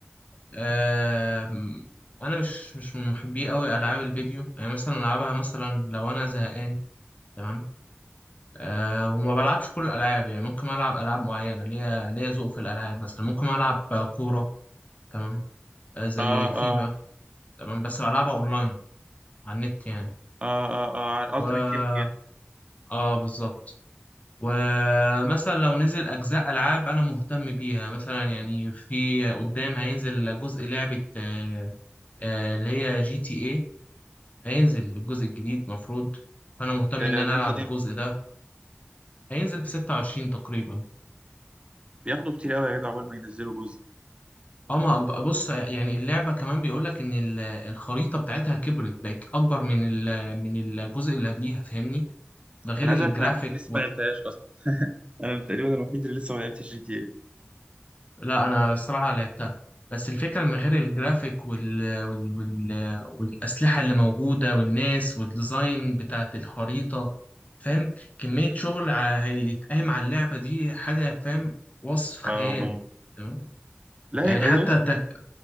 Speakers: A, on the left (about 35°); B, on the right (about 25°).
A: أم... انا مش مش من محبي قوي العاب الفيديو يعني مثلا العبها مثلا لو انا زهقان تمام أه وما بلعبش كل الالعاب يعني ممكن العب العاب معينه ليا ليا ذوق في الالعاب مثلا ممكن العب كوره تمام آه، زي
B: اه
A: فيفا
B: اه
A: تمام بس بلعبها اونلاين على النت يعني
B: اه اه اه على الالتيميت
A: و
B: تيم جدا
A: اه بالظبط ومثلا لو نزل أجزاء ألعاب أنا مهتم بيها مثلا يعني في قدام هينزل جزء لعبة آه، آه، اللي هي جي تي إيه هينزل الجزء الجديد مفروض فأنا مهتم
B: ده
A: إن أنا
B: نزل
A: ألعب الجزء
B: امتى
A: ده هينزل في 26 تقريبا
B: بياخدوا كتير قوي يا جدع اول ما ينزلوا جزء
A: اه ما هب- بص يعني اللعبة كمان بيقولك إن ال- الخريطة بتاعتها كبرت بقت أكبر من ال- من الجزء اللي قبليها فاهمني ده غير
B: انا
A: الجرافيك
B: عايز اقول لك انا لسه ما لعبتهاش اصلا انا تقريبا الوحيد اللي لسه ما لعبتش جي تي اي
A: لا انا الصراحه لعبتها بس الفكره ان غير الجرافيك وال... وال... وال... والاسلحه اللي موجوده والناس والديزاين بتاعت الخريطه فاهم كميه شغل ع- هيتقام على اللعبه دي حاجه فاهم وصف
B: اه
A: خيال
B: آه.
A: تمام
B: لا
A: يعني
B: هي
A: حتى
B: هي- أصلاً-
A: تق-